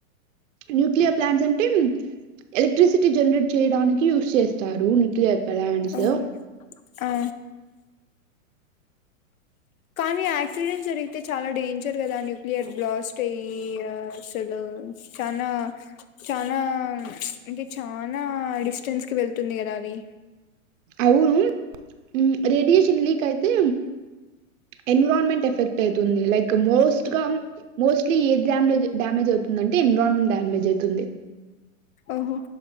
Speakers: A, on the right; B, on the left.
A: న్యూక్లియర్ ప్లాంట్స్ అంటే ఎలక్ట్రిసిటీ జనరేట్ చేయడానికి యూస్ చేస్తారు న్యూక్లియర్ ప్లాంట్స్
B: ఓహో ఆ కానీ ఆక్సిడెంట్ జరిగి అయితే చాలా డేంజర్ కదా న్యూక్లియర్ బ్లాస్ట్ అయి ఆ అసలు చానా చనా అంటే చనా అ స్టెన్స్ కి వెళ్తుంది కద అది
A: అవును ఉహ్ రేడియేషన్ లీక్ అయితే ఎన్విరాన్మెంట్ ఎఫెక్ట్ అవుతుంది లైక్ మోస్ట్ గా మోస్ట్లీ ఏ డామ్ డ్యామేజ్ అవుతుంది అంటే ఎన్విరాన్మెంట్ డ్యామేజ్ అవుతుంది
B: ఓహో